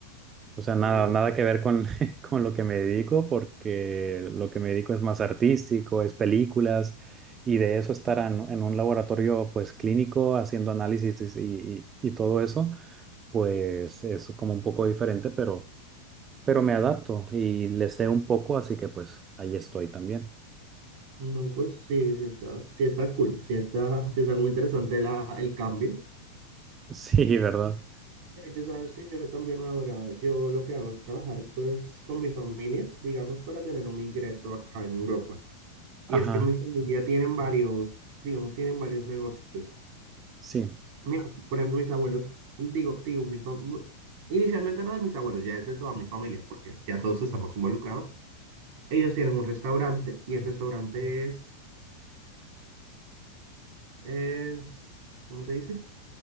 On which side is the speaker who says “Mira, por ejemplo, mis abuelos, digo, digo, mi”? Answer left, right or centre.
Right